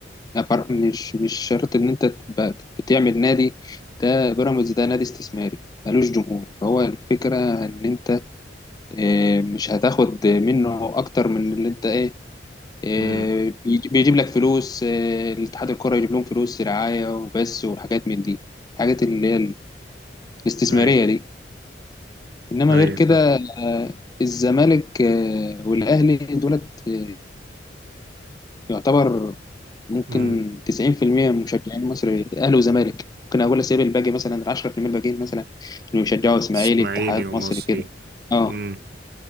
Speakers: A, on the left; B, on the right.
A: ما فرق- مش مش شرط إن أنت تبقى بتعمل نادي ده بيراميدز ده نادي استثماري ملوش جمهور فهو الفكرة إن أنت آه، مش هتاخد منه أكتر من اللي أنت إيه آه،
B: امم
A: بيجي- بيجيب لك فلوس آه، الاتحاد الكرة يجيب لهم فلوس رعاية وبس وحاجات من دي الحاجات اللي هي الاستثمارية
B: اي
A: دي إنما
B: اي
A: غير كده
B: فاهم
A: آه، الزمالك آه، والأهلي دولت آه، يعتبر ممكن
B: امم
A: 90% من مشجعين مصر اهلي وزمالك ممكن اقول اسيب الباقي مثلا ال 10% الباقيين مثلا اللي بيشجعوا اسماعيلي
B: اسماعيلي
A: اتحاد
B: ومصري
A: مصري كده اه
B: امم